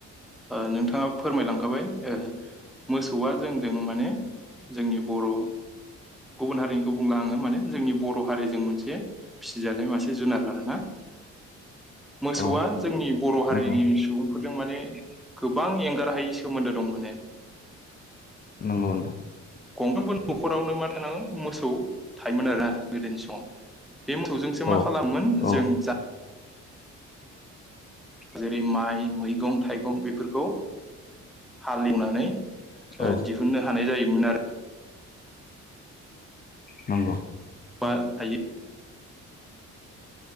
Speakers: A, in the centre; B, on the left.
A: ओ नोंथाङा फोरमायलांखाबाय ओ मोसौआ जोंजों माने जोंनि बर' गुबुन हारिनिखौ बुंला आङो माने जोंनि बर' हारिजों मोनसे फिसिजानाय मासे जुनार आरोना मोसौआ
B: औ
A: जोंनि बर' हारिनि
B: नंगौ
A: फोरजों माने गोबां एंगार हायै सोमोन्दो दं माने
B: नोंगौ नोंथां
A: गंफ्रोमबो न'खरावनो मा थानाङो मोसौ थायोमोन आरोना गोदोनि समाव बे मोसौजोंसो मा
B: औ
A: खालामोन
B: औ
A: जों जा जेरै माइ मैगं थाइगं बेफोरखौ हालेवनानै ओ
B: औ
A: दिहुननो हानाय जायोमोन आरो
B: नंगौ
A: बा थायो